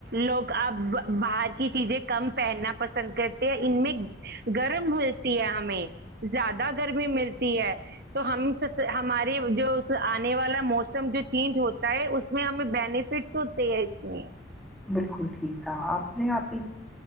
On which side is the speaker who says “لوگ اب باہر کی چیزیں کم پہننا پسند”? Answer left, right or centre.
Right